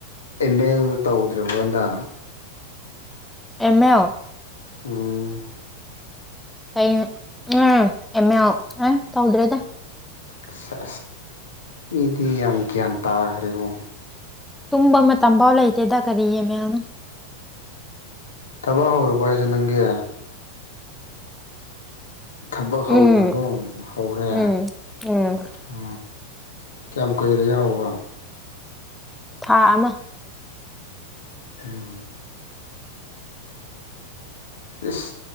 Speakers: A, on the left; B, in the centre.
A: ꯏꯃꯦꯜ ꯇꯧꯗ꯭ꯔꯕꯗ
B: ꯑꯦꯦꯝꯥꯎ
A: ꯎꯝ
B: ꯀꯩ ꯑꯝ ꯑꯦꯃꯦꯎ ꯑ ꯇꯧꯗ꯭ꯔꯦꯗ
A: ꯑꯁ ꯃꯤꯗꯤ ꯌꯥꯝ ꯒ꯭ꯌꯥꯟ ꯇꯥꯈ꯭ꯔꯦꯀꯣ
B: ꯇꯨꯝꯕ ꯃꯇꯝ ꯐꯥꯎ ꯂꯩꯇꯦꯗ ꯀꯔꯤꯌꯦ ꯃꯌꯥꯝꯅ
A: ꯊꯕꯛ ꯍꯧꯔꯕꯨ ꯍꯥ ꯅꯪꯒꯦ ꯊꯕꯛ ꯍꯧ꯭ꯔꯔꯕꯣ
B: ꯎꯝ
A: ꯍꯧꯔꯦ
B: ꯎꯝ ꯎꯝ
A: ꯎ ꯀꯌꯥꯝ ꯀꯨꯏꯔꯒꯦ ꯍꯧꯕ
B: ꯊꯥ ꯑꯃ
A: ꯎꯝ ꯏꯁ